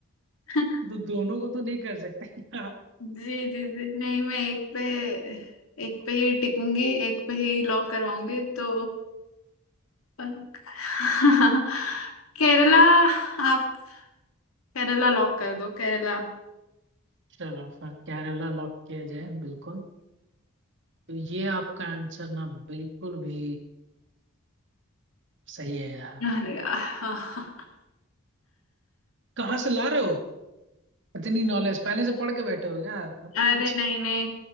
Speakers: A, on the left; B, on the right.
A: <laughs>
B: तो दोनों को तो नहीं कर सकते <laughs>
A: जी जी जी नहीं मैं एक पे एक पे ही टिकूंगी एक पे ही लॉक करवाऊंगी तो <laughs> केरला आप केरला लॉक कर दो केरला
B: चलो फिर केरला लॉक किया जाए बिल्कुल तो ये आपका आंसर ना बिल्कुल भी सही है यार
A: अरे आह,
B: कहाँ से ला रहे हो इतनी नॉलेज पहले से पढ़ के बैठे हो क्या अब
A: अरे
B: कुछ
A: नहीं नहीं